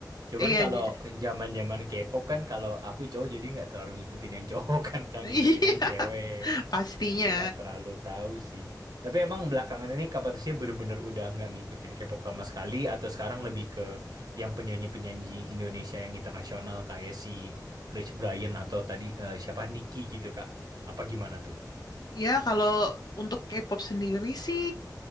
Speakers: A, on the right; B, on the left.
A: Cuman
B: iya
A: kalau
B: j-
A: yang zaman-zaman K-pop kan kalau aku cowok jadi nggak terlalu ngikutin yang cowok kan, kan
B: <laughs> iya
A: ngikutin yang cewek.
B: pastinya
A: Jadi nggak terlalu tahu sih. Tapi emang belakangan ini Kak Patricia bener-bener udah nggak ngikutin K-pop sama sekali atau sekarang lebih ke yang penyanyi-penyanyi Indonesia yang internasional kayak si Rich Brian atau tadi eh, siapa Nicky gitu Kak. Apa gimana tuh?
B: ya kalau untuk K-pop sendiri sih